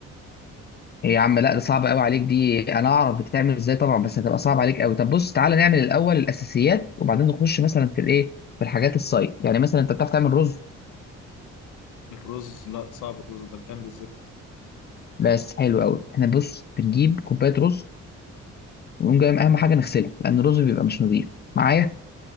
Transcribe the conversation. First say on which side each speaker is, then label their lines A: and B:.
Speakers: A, on the left; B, on the left.
A: إيه يا عم لا ده صعب قوي عليك دي انا اعرف بتتعمل ازاي طبعا بس هتبقى صعب عليك قوي طب بص تعالى نعمل الاول الاساسيات وبعدين نخش مثلا في الايه في الحاجات الصايد يعني مثلا انت بتعرف تعمل رز
B: الرز لا صعب الرز ده بتعمل ازاي؟
A: بس حلو قوي احنا بص بنجيب كوبايه رز ونقوم جاي اهم حاجه نغسلها لان الرز بيبقى مش نظيف معايا